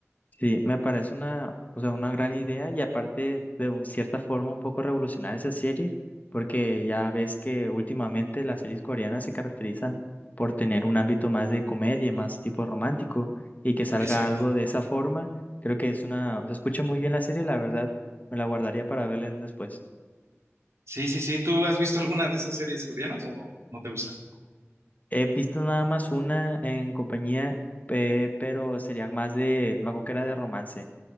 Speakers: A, on the left (about 35°); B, on the right (about 65°).
A: Sí, me parece una, o sea, una gran idea y aparte de un- cierta forma un poco revolucionar esa serie, porque ya ves que últimamente las series coreanas se caracterizan por tener un ámbito más de comedia, más tipo romántico, y que salga
B: Exacto.
A: algo de esa forma, creo que es una, se escucha muy bien la serie, la verdad, me la guardaría para verla después.
B: Sí, sí, sí. ¿Tú has visto alguna de esas series coreanas o no te gustan?
A: He visto nada más una en compañía, pe- pero sería más de, me acuerdo que era de romance.